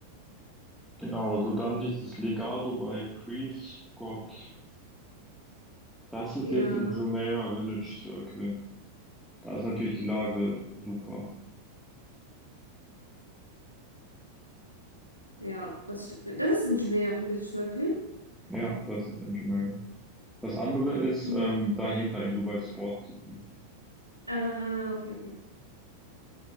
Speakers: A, in the centre; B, on the left.
A: Genau, also dann dieses Legado bei Prescott. Das ist
B: Ja,
A: jetzt im Jumeirah Village Circle. Da ist natürlich die Lage super.
B: ja, das, st- das ist ein Jumeirah Village Circle.
A: Ja, das ist in Jumeirah. Das andere ist
B: Ja,
A: ähm, dahinter in Dubai Sport City.
B: ah, okay, okay.